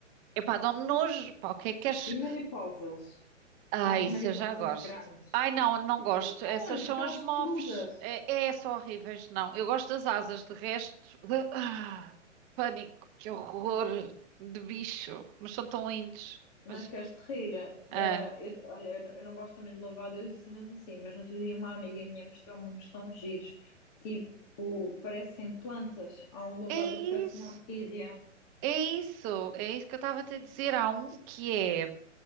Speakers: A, on the right; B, on the left.
A: Epá, dá-me nojo, pá, o que é que queres?
B: E mariposas,
A: Ah,
B: aquelas
A: isso
B: mariposas
A: eu já gosto.
B: grandes,
A: Ai, não, não gosto,
B: não,
A: essas
B: aquelas
A: são as mofes,
B: peludas.
A: é, é, são horríveis, não. Eu gosto das asas, de resto, de- ah, pânico, que horror de bicho, mas são tão lindos. Mas,
B: Não queres te rir?
A: ah,
B: Eh, eu- olha, eu não eu não gosto também de louvar a Deus e cenas assim, mas no outro dia uma amiga minha mostrou-me uns tons giros, tipo, parecem plantas. Há um louvar
A: é
B: a Deus que parece
A: isso.
B: uma orquídea.
A: É isso, é isso que eu estava a te dizer. Há um que é